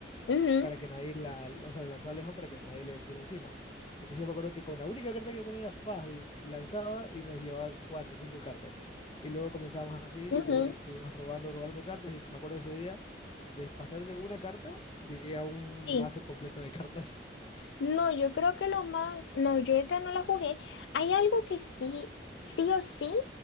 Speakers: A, on the left; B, on the left.
A: ujú,
B: para que nadie la, o sea, la lanzaba lejos para que nadie le tire encima. Entonces yo me acuerdo que con la única carta que yo tenía, Faz lanzaba y me llevaba cuatro o cinco cartas. Y luego comenzábamos así
A: ujú,
B: y ahí te ibas robando, robando cartas. Y me acuerdo que ese día, de pasar de una carta, llegué a un
A: Sí.
B: mazo completo de cartas.
A: No, yo creo que lo más. No, yo esa no la jugué. Hay algo que sí, sí o sí,